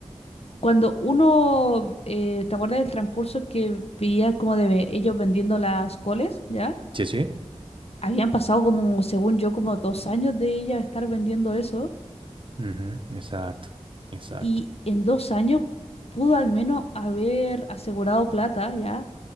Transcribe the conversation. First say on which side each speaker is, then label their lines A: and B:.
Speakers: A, on the left; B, on the right.
A: cuando uno, eh, ¿te acuerdas del transcurso que veía como de ellos vendiendo las coles, ya?
B: Sí, sí.
A: Habían pasado como, según yo, como dos años de ella estar vendiendo eso
B: Ujú, Exacto. Exacto.
A: y en dos años pudo al menos haber asegurado plata ya